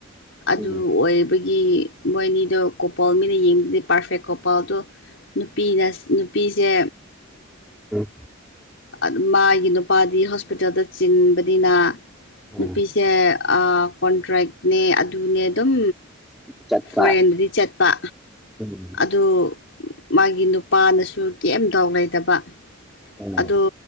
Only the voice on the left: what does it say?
ꯑꯗꯨ
ꯑꯣꯏꯕꯒꯤ ꯃꯣꯏꯅꯤꯗꯣ ꯀꯣꯄꯣꯜ ꯃꯤꯅ ꯌꯦꯡꯗꯗꯤ ꯄꯥꯔꯐꯦꯛ ꯀꯣꯄꯜꯗꯣ ꯅꯨꯄꯤꯗ ꯅꯨꯄꯤꯁꯦ
ꯑꯗꯨ ꯃꯥꯒꯤ ꯅꯨꯄꯥꯗꯤ ꯍꯣꯁꯄꯤꯇꯥꯜꯗ ꯆꯤꯟꯕꯅꯤꯅ
ꯅꯨꯄꯤꯁꯦ ꯀꯣꯟꯇ꯭ꯔꯦꯛꯅꯦ ꯑꯗꯨꯅꯦ ꯑꯗꯨꯝ
ꯐꯣꯔꯦꯟꯗꯗꯤ ꯆꯠꯄ
ꯑꯗꯨ ꯃꯥꯒꯤ ꯅꯨꯄꯥꯅꯁꯨ ꯀꯦꯝꯗꯥꯎ ꯂꯩꯗꯕ
ꯑꯗꯣ